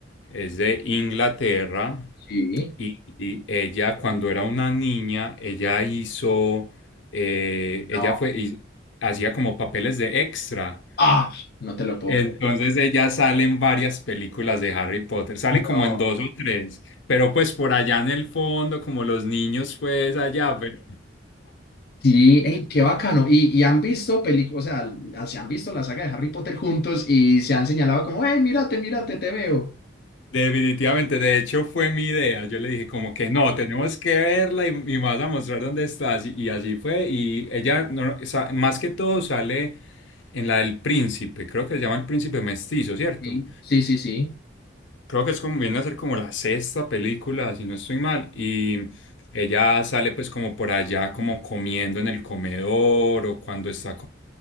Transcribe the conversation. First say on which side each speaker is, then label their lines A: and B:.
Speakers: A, on the left (about 80°); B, on the left (about 55°).
A: es de Inglaterra
B: sí.
A: y, y ella cuando era una niña, ella hizo, eh, ella
B: No.
A: fue, hiz- hacía como papeles de extra
B: Ah, no te lo puedo.
A: entonces
B: cre-
A: de ella sale en varias películas de Harry Potter, sale
B: No.
A: como en dos o tres, pero pues por allá en el fondo, como los niños pues allá, pero
B: Sí, ey, qué bacano. Y, y han visto películas, o sea, ah, se han visto la saga de Harry Potter juntos y se han señalado como, hey, mírate, mírate, te veo.
A: definitivamente, de hecho fue mi idea, yo le dije como que no, tenemos que verla y, y me vas a mostrar dónde estás y, y así fue y ella no- no, sa- más que todo sale en la del príncipe, creo que se llama el príncipe mestizo, ¿cierto?
B: Sí, sí, sí, sí.
A: Creo que es como viene a ser como la sexta película, si no estoy mal, y ella sale pues como por allá como comiendo en el comedor o cuando está co-